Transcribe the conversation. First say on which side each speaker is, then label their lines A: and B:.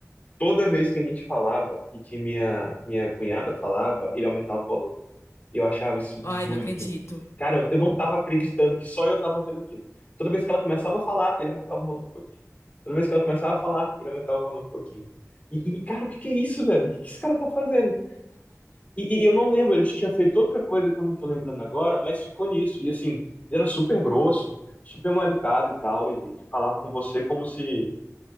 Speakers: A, on the left; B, on the left.
A: toda vez que a gente falava e que minha, minha cunhada falava, ele aumentava o volume. Eu achava isso
B: Ai,
A: doido,
B: não acredito.
A: de... Cara, eu, eu não tava acreditando que só eu tava vendo aquilo. Toda vez que ela começava a falar, ele aumentava o volume um pouquinho. Toda vez que ela começava a falar, ele aumentava o volume um pouquinho. E, e, cara, o que que é isso, velho? O que que esse cara tá fazendo? E, e eu não lembro, ele tinha feito outra coisa que eu não tô lembrando agora, mas ficou nisso. E assim, ele era super grosso, super mal educado e tal, ele falava com você como se,